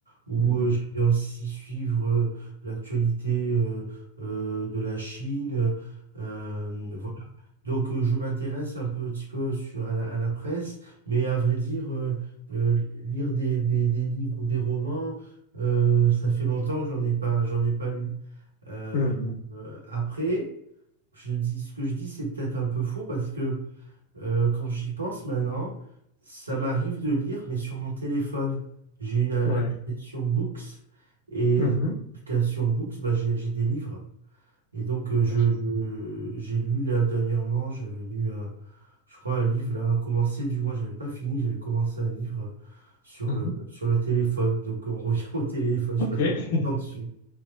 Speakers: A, on the right; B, on the left.
A: Ou
B: mhm,
A: euh, j'aime aussi suivre euh, l'actualité euh, euh, de la Chine. euh, voilà. Donc euh, je m'intéresse un peu- petit peu sur, à la, à la presse, mais à vrai dire, euh, euh, lire des, des- des livres ou des romans, euh, ça fait longtemps que j'en ai pas, j'en ai pas lu. Euh,
B: mhm,
A: euh, après, je dis, ce que je dis, c'est peut-être un peu faux parce que euh, quand j'y pense maintenant, ça m'arrive de lire, mais sur mon téléphone. J'ai une a-
B: mhm,
A: l'application
B: ouais.
A: Books et
B: Mhm,
A: dans l'application Books, bah, j'ai j'ai des livres. Et donc, euh, je,
B: mhm.
A: je- j'ai lu là dernièrement, j'avais lu, un- je crois, un livre là, commencé, du moins, j'avais pas fini, j'avais commencé un livre sur
B: mhm.
A: le, sur le téléphone. Donc, on revient <laughs> au téléphone, je
B: OK.
A: passe beaucoup de temps dessus.
B: <laughs>